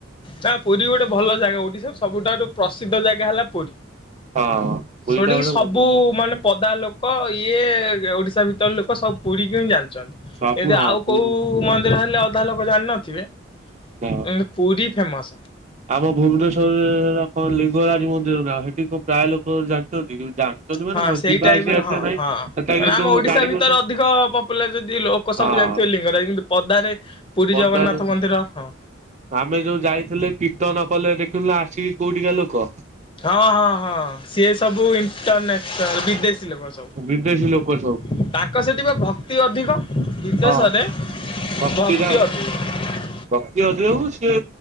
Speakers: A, on the left; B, on the right.
A: ନା ପୁରୀ ଗୋଟେ ଭଲ ଜାଗା ଓଡିଶାର ସବୁଠାରୁୁ ପ୍ରସିଦ୍ଧ ଜାଗା ହେଲା ପୁରୀ।
B: ହଁ ପୁରୀଟା
A: ସେଠିକି
B: ଗୋଟେ
A: ସବୁ
B: ବଢିଆ ଜାଗା।
A: ମାନେ ପଦା ଲୋକ ଲୋକ ଇଏ ଓଡିଶା ଭିତରେ ଲୋକ ସବୁ ପୁରୀ କି ହିଁ ଜାନ୍ତି।
B: ସବୁ
A: <unintelligible>
B: ହଁ
A: ଆଉ
B: ପୁରୀ
A: କୋଉ ମନ୍ଦିର ହେଲେ ଅଧା ଲୋକ ଜାଣିନଥିବେ
B: ହଁ।
A: ଏ ପୁରୀ ଫେମସ।
B: ଆମ ଭୁବନେଶ୍ଵରରେ କଣ ଲିଙ୍ଗରାଜ ମନ୍ଦିର ନା ସେଠି କଣ ପ୍ରାୟ ଲୋକ ଜାଣିଛନ୍ତି କି। ଜା ଛନ୍ତି ମାନେ
A: ହଁ
B: କଣ
A: ସେଇ
B: ଯିବା
A: ଟାଇପ
B: ଆସିବା
A: ର
B: ଏତେ
A: ହଁ
B: ନାହିଁ
A: ହଁ
B: ସେଟା
A: ମାନେ
B: କିନ୍ତୁ
A: ଆମ ଓଡିଶା
B: ଜାଣିଛନ୍ତି
A: ଭିତରେ ଅଧିକ ପପୁଲାର ଯଦି ଲୋକ
B: ହଁ।
A: ସବୁ ଜାଣିଥିବେ ଲିଙ୍ଗରାଜ କିନ୍ତୁ ପଦାରେ ପୁରୀ
B: ପଦାରେ
A: ଜଗନ୍ନାଥ ମନ୍ଦିର ହଁ।
B: ଆମେ ଯୋଉ ଯାଇଥିଲେ କୀର୍ତନ କଲେ ଦେଖୁଥିଲେ ଆସିକି କୋଉଠିକା ଲୋକ
A: ହଁ ହଁ ହଁ ସିଏ ସବୁ ଇଣ୍ଟରନାସନାଲ ବିଦେଶୀ ଲେୋକ ସବୁ।
B: ବିଦେଶୀ ଲୋକ
A: ତାଙ୍କ ସେଠି ପା ଭକ୍ତି ଅଧିକ। ବିଦେଶରେ
B: ହଁ।
A: ଭକ୍ତି
B: ଭକ୍ତିଟା
A: ଅଧିକ।
B: ଭକ୍ତି ଅଧିକ ସିଏ